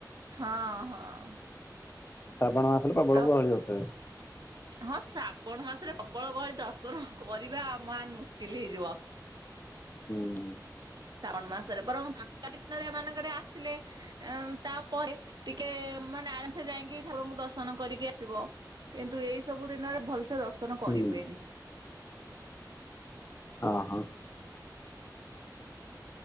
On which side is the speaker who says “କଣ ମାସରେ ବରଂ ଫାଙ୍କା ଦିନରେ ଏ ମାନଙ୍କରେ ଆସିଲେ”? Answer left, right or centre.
Right